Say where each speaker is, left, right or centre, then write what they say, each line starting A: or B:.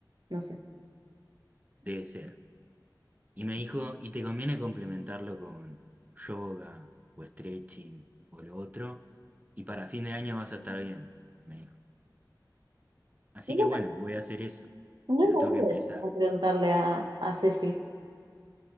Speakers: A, on the right; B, on the right.
A: no sé.
B: debe ser. Y me dijo, y te conviene complementarlo con yoga o stretching o lo otro, y para fin de año vas a estar bien, me dijo. Así
A: Y bueno,
B: que bueno, voy a hacer eso,
A: no
B: pero
A: la
B: tengo
A: dudes
B: que empezar.
A: a preguntarle a, a Ceci.